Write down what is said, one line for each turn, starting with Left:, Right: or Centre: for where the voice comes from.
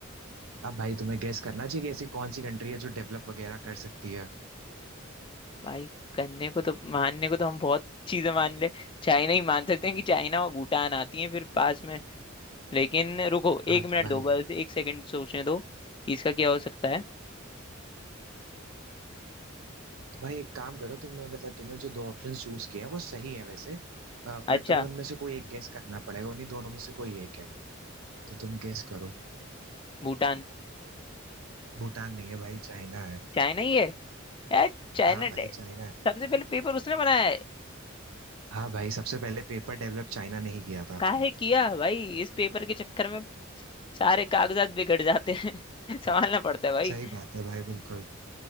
Right: अब भाई तुम्हें गेस करना चाहिए कि ऐसी कौन सी कंट्री है जो डेवलप वगैरह कर सकती है
Left: भाई करने को तो मानने को तो हम बहुत चीजें मान ले चाइना ही मान सकते हैं कि चाइना और भूटान आती हैं फिर पास में लेकिन रुको
Right: हाँ
Left: एक मिनट
Right: तो भाई
Left: दो बस एक सेकंड सोचने दो इसका क्या हो सकता है
Right: तो भाई एक काम करो तुम्हें मतलब तुमने जो दो ऑप्शन चूज किए हैं वो सही है वैसे अ, पर
Left: अच्छा
Right: तुम्हें उनमें से कोई एक गेस करना पड़ेगा उन्हीं दोनों में से कोई एक है तो तुम गेस करो
Left: भूटान
Right: भूटान नहीं है भाई चाइना है
Left: चाइना ही है यार चाइना
Right: हाँ
Left: डे-
Right: भाई चाइना है
Left: सबसे पहले पेपर उसने बनाया है
Right: हाँ भाई सबसे पहले पेपर डेवलप चाइना ने ही किया था
Left: काहे किया भाई इस पेपर के चक्कर में सारे कागजात बिगड़ जाते हैं <laughs> संभालना पड़ता है भाई
Right: सही बात है भाई बिल्कुल